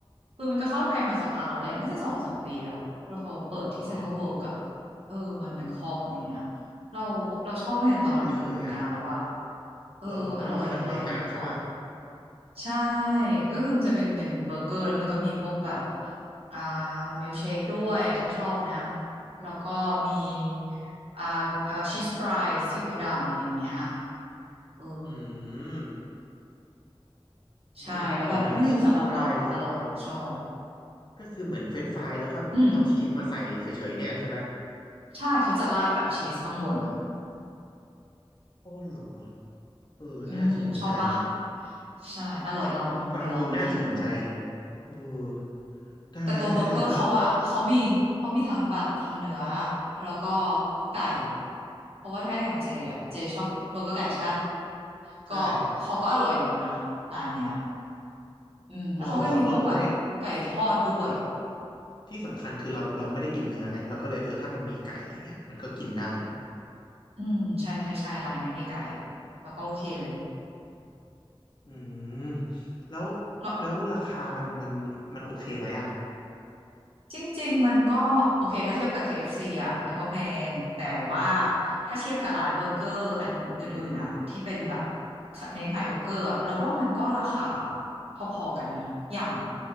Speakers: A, on the right; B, on the left.
A: คือมันก็เข้าไทยมาสักพักแล้วแหละน่าจะสองสามปีแล้วแล้วเขาเปิดที่เซ็นทรัลเวิลด์กับ
B: หรอ
A: เออวันแบงคอกอะไรเงี้ยเราเราชอบตั้งแต่ตอนอยู่อเมริกาแล้วว่า
B: ยังไม่เคยอ่ะ
A: เอออร่อยอร่อยค่ะ
B: หรอมันมาจากอเมริกาใช่ป่ะ
A: ใช่ก็คือมันจะเป็นเป็นเบอร์เกอร์แล้วมันก็มีพวกแบบอ่ามิลเชคด้วยถ้าชอบนะแล้วก็มีอ่าอ่าชีสฟรายที่เขาดังอะไรอย่างเงี้ยเออ
B: อืม
A: ใช่แล้วแบบไม่รู้สำหรับเราอ่ะอร่อยอะชอบ
B: มันเดี๋ยวนะชีสฟราย ก็คือเหมือนเฟรนช์ฟรายแล้วก็เอาชีสมาใส่เฉยๆเนี่ยใช่ไหม
A: อืมใช่เขาจะราดแบบชีสข้างบนอ่ะ
B: โอ้เหรอเออน่าสนใจ
A: อืมชอบปะใช่อร่อยลองลองไปลองกินดู
B: มันฟังดูน่าสนใจเออได้ได้ได้
A: แต่ตัวเบอร์เกอร์เขาอ่ะเขามีเขามีทั้งแบบทั้งเนื้อ
B: แล้ว
A: แล้วก็ไก่เพราะว่าถ้าอย่างเจอ่ะเจชอบเบอร์เกอร์ไก่ใช่ปะก็เขาก็อร่อยอยู่นะร้านเนี้ย
B: ใช่
A: อืมแล้วเขาก็จะมีพวกแบบไก่ทอดด้วย
B: อ๋อเหรอเออไม่ที่สำคัญคือเราเราไม่ได้กินเนื้อไงเราก็เลยเออถ้ามันมีไก่อย่างเงี้ยมันก็กินได้
A: อืมใช่ใช่ใช่ร้านเนี้ยมีไก่แล้วก็โอเคเลย
B: อืมแล้ว
A: แล้ว
B: แล้วราคามันมันมันโอเคไหมอ่ะ
A: จริงๆมันก็โอเคถ้าเทียบกับ KFC อฟซีอ่ะมันก็แพงแต่ว่าถ้าเทียบกับร้านเบอร์เกอร์อันอื่นๆอ่ะที่เป็นแบบเน้นขายเบอร์เกอร์อะเราว่ามันก็ราคาพอๆกันนะอย่าง